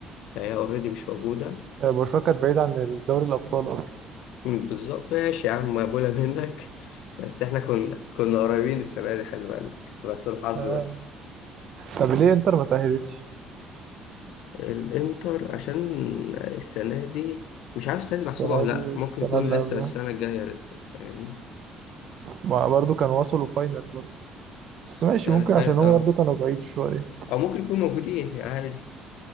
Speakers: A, on the left; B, on the right.
A: فهي اوريدي مش موجوده
B: آه، برشلونه كانت بعيده عن دوري الابطال اصلا
A: أمم، بالظبط ماشي يا عم مقبوله منك <laughs> بس احنا كنا كنا قريبين السنه دي خلي بالك بس الحظ
B: آه.
A: بس
B: طب ليه انتر ما تاهلتش
A: الانتر عشان السنه دي مش عارف السنه دي
B: السنة
A: محسوبه ولا
B: دي
A: لا
B: والسنة
A: ممكن يكون
B: اللي
A: لسه
B: قبلها
A: السنه الجايه لسه فاهمني
B: ما برضو كانوا وصلوا فاينل برضو بس ماشي
A: السنة
B: ممكن
A: اللي
B: عشان
A: فاتت اه
B: هو برضو كانوا بعيد شوية
A: أو ممكن يكون موجودين عادي